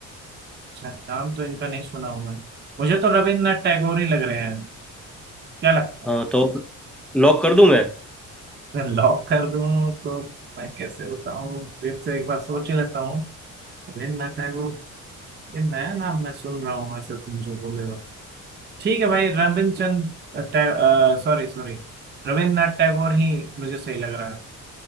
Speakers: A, on the right; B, in the centre.
A: अच्छा, नाम तो इनका नहीं सुना हूं मैं मुझे तो रविन्द्रनाथ टैगोर ही लग रहे हैं क्या लगता
B: हाँ तो लॉक कर दूं मैं
A: है लॉक कर दूं तो मैं कैसे बताऊं फिर से एक बार सोच लेता हूँ रविन्द्रनाथ टैगोर ये नया नाम मैं सुन रहा हूँ ऐसे तुम जो बोले हो ठीक है भाई रविंद्रचंद टै- अ, सॉरी सॉरी रविन्द्रनाथ टैगोर ही मुझे सही लग रहा है